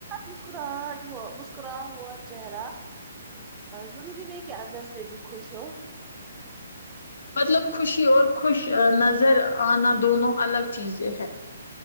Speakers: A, on the right; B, on the left.
A: مسکراہٹ مسکرا ہوا چہرہ ضروری نہیں کہ اندر سے بھی خوش ہو
B: مطلب خوشی اور خوش نظر آنا دونوں الگ چیزیں ہے